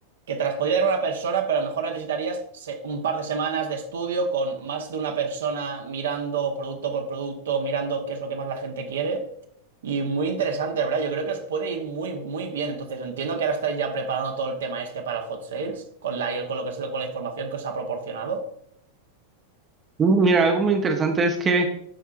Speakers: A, on the right; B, on the right.
A: que te las podría dar una persona, pero a lo mejor necesitarías se- un par de semanas de estudio con más de una persona mirando producto por producto, mirando qué es lo que más la gente quiere. Y muy interesante, ¿verdad? Yo creo que os puede ir muy, muy bien. Entonces, entiendo que ahora estáis ya preparando todo el tema este para el hot sales, con la, con lo que es, con la información que os ha proporcionado.
B: Mm, Mira, algo muy interesante es que